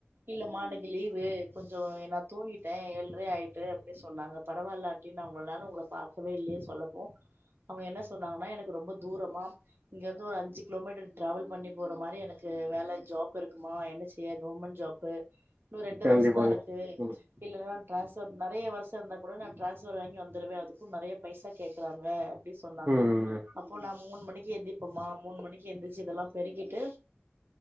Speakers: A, on the right; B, on the right.
A: இல்லமா இன்னைக்கு லீவு கொஞ்சோ எல்லா தூங்கிட்டேன் ஏல்ரே ஆயிட்டு அப்டின்னு சொன்னாங்க பரவாயில்ல ஆன்டி நான் உங்களனால உங்கள பாக்கவே இல்லேன்னு சொல்லப்போ அவுங்க என்ன சொன்னாங்கன்னா எனக்கு ரொம்ப தூரமா இங்க வந்து ஒரு அஞ்சு கிலோமீட்டர் டிராவல் பண்ணி போற மாரி எனக்கு வேல ஜாப் இருக்குமா என்னச்சு கவுர்மெண்ட் ஜாப் இன்னு ரெண்டு
B: கண்டிப்பாங்க
A: வருஷம் தா இருக்கு
B: ம்
A: இல்ல நா டிரான்ஸ்ர் நெறைய வருஷோ இருந்தா கூட நா டிரான்ஸ்பபர் வாங்கி வந்துருவே அதுக்கு நெறைய பைசா கேக்குறாங்க ப்ப சொன்னாங்க
B: ம்
A: அப்போ நான் மூணு மணக்கு எந்திப்போமா மூணு மணிக்கு எந்திச்சு இதெல்ல பெருக்கிட்டு